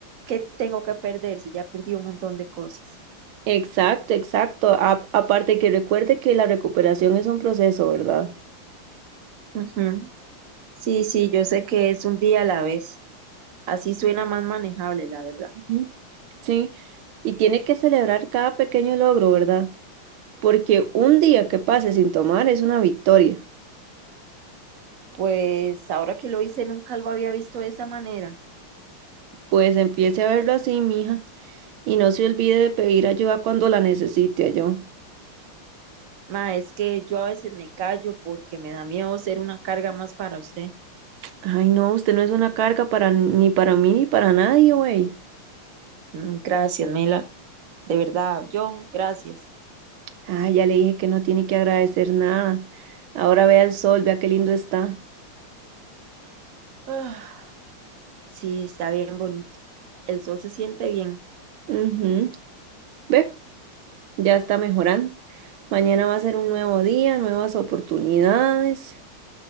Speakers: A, on the right; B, on the right.
A: ¿qué tengo que perder si ya perdí un montón de cosas?
B: Exacto, exacto. A- aparte que recuerde que la recuperación es un proceso, ¿verdad?
A: Ujú. Sí, sí, yo sé que es un día a la vez. Así suena más manejable, la verdad.
B: Ujú. Sí, y tiene que celebrar cada pequeño logro, ¿verdad? Porque un día que pase sin tomar es una victoria.
A: Pues ahora que lo hice, nunca lo había visto de esa manera.
B: Pues empiece a verlo así, mija, y no se olvide de pedir ayuda cuando la necesite, yo.
A: Ma, es que yo a veces me callo porque me da miedo ser una carga más para usted.
B: Ay, no, usted no es una carga para ni para mí ni para nadie, güey.
A: Mm, gracias, Mela. De verdad, yo, gracias.
B: Ah, ya le dije que no tiene que agradecer nada. Ahora vea el sol, vea qué lindo está.
A: Ah, sí, está bien bonito. El sol se siente bien.
B: Ujú. Ve, ya está mejorando. Mañana va a ser un nuevo día, nuevas oportunidades.